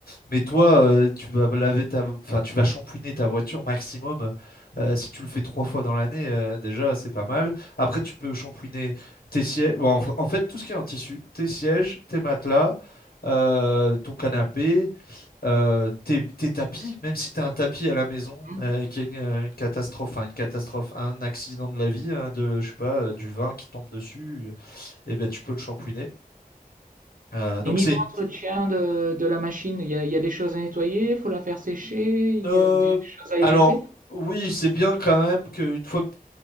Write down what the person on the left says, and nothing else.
Mais toi, euh, tu vas laver ta, enfin, tu vas shampouiner ta voiture maximum. euh, si tu le fais trois fois dans l'année, euh, déjà, c'est pas mal. Après, tu peux shampouiner tes sièges. Bon, en, f- en fait, tout ce qui est en tissu, tes sièges, tes matelas, euh, ton canapé, euh, tes, tes tapis. Même si tu as un tapis à la maison
euh, et qu'il y a une, euh, une catastrophe, enfin, une catastrophe, un accident de la vie, hein, de, je sais pas, euh, du vin qui tombe dessus, et ben, tu peux le shampouiner. Euh, donc
c'est une...
Euh,
alors
oui, c'est bien quand même qu'une fois que